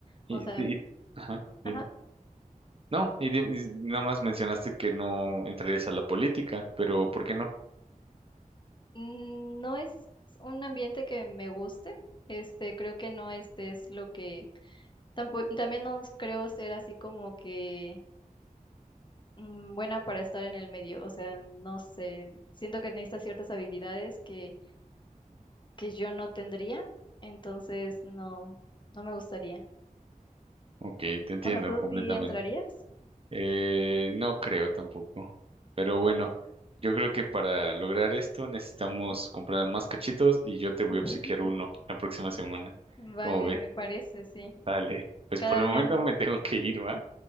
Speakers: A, on the right; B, on the left.
A: Y,
B: O sea,
A: y-
B: p-
A: ajá, dime.
B: ajá,
A: No, y, di- y nada más mencionaste que no entrarías a la política, pero ¿por qué no?
B: mm, no es un ambiente que me guste, este, creo que no este es lo que, tampoco, también no creo ser así como que mm, buena para estar en el medio. O sea, no sé, siento que necesita ciertas habilidades que, que yo no tendría, entonces no, no me gustaría.
A: Ok, te entiendo
B: O sea, ¿tú
A: completamente.
B: sí entrarías?
A: Eh, no creo tampoco. Pero bueno, yo creo que para lograr esto necesitamos comprar más cachitos y yo te voy
B: <laughs>
A: a obsequiar uno la próxima semana.
B: Vale,
A: ¿Cómo ves?
B: me parece, sí.
A: Dale. Pues
B: Cada
A: por el
B: día.
A: momento me tengo que ir, ¿va?